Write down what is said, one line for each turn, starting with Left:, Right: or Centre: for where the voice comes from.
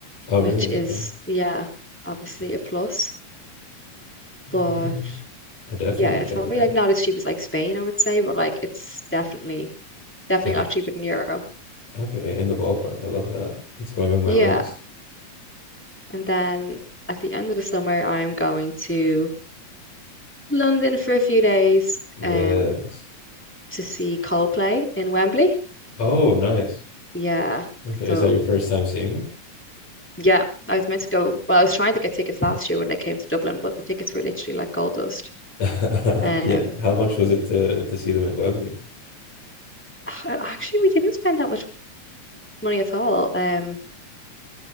Left: Oh, really?
Centre: which is,
Left: Okay.
Centre: yeah, obviously a plus. But
Left: Yeah, I definitely
Centre: yeah,
Left: want
Centre: it's
Left: to check
Centre: probably
Left: it out.
Centre: like not as cheap as like Spain, I would say, but like it's definitely, definitely
Left: Like,
Centre: a
Left: it-
Centre: lot cheaper than Euro.
Left: okay, in the ballpark. I love that. It's going on my
Centre: Yeah.
Left: list.
Centre: And then at the end of the summer, I'm going to London for a few days
Left: Yes.
Centre: um to see Coldplay in Wembley.
Left: Oh, nice.
Centre: Yeah.
Left: Okay,
Centre: So
Left: is that your first time seeing them?
Centre: yeah, I was meant to go. Well, I was trying to get tickets last year when they came to Dublin, but the tickets were literally like gold dust.
Left: <laughs>
Centre: Um
Left: Yeah. How much was it to to see them at Webley?
Centre: a- actually we didn't spend that much money at all. Um